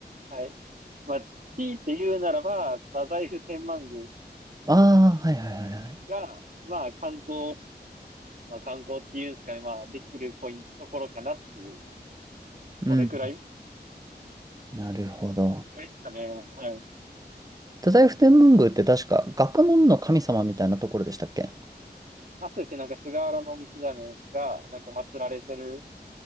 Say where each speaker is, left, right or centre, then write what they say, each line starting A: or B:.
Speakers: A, on the right; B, on the right.
A: はい。まあ、強いて言うならば、太宰府天満宮
B: ああ、はいはいはいはい。
A: が、まあ、観光、まあ、観光っていうんですかね。まあ、できるポイント、ところかなっていう。
B: うん。
A: それくらい
B: なるほど。
A: それくらいですかね。はい。
B: 太宰府天満宮って確か学問の神様みたいなところでしたっけ
A: あとですね、なんか菅原道真が、なんか祀られてる